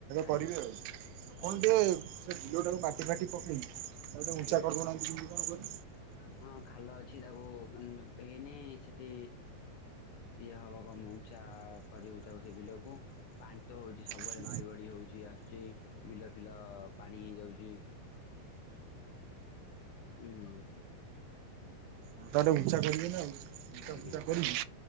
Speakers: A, on the left; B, on the right.
A: ଆଜ୍ଞା
B: କରିବେ ଆଉ କଣ
A: ଆଜ୍ଞା
B: ଟିକେ ସେ ବିଲା ଟିକାଟି ପକେଇ ତାକୁ ଟିକେ ଉଞ୍ଚା
A: ଆଜ୍ଞା
B: କରିଦଉନାହାନ୍ତି କେମିତି କଣ କରି?
A: ହଁ ଖାଲ ଅଛି ତାକୁ <unintelligible> ହେଇନି ସେଠି ଇଏ ହବ। ଗମଚା କରିବ। ସେ ବିଲକୁ ପାଣି ତ ହଉଛି ସବୁବେଳେ
B: ତାକୁ
A: ନଈ ବଡି ହଉଛି ଆସୁଛି ବିଲ ଫିଲ ପାଣି ହେଇଯାଉଛି। ହୁଁ।
B: ହଁ ତାେ ହୁଂଞ୍ଚା କରିବେ ନା ଆଉ। ଫୁଞ୍ଚା
A: ଆଜ୍ଞା
B: ଫୁଞ୍ଚା କରିବି